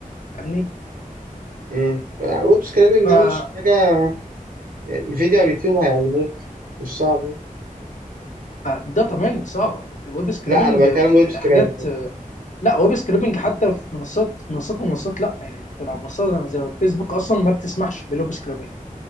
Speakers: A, on the left (about 60°); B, on the right (about 85°).
A: فاهمني
B: امم ويب سكريبنج
A: فلا
B: ده مش حاجه يعني فيديو على اليوتيوب هيعلموك مش صعب يعني.
A: الداتا مايننج صعبه الويب سكريبنج
B: لا انا بتكلم ويب سكريبنج
A: حاجات لا ويب سكريبنج حتى في منصات منصات ومنصات لا يعني انت لو منصات زي فيسبوك اصلا ما بتسمحش بالويب سكريبنج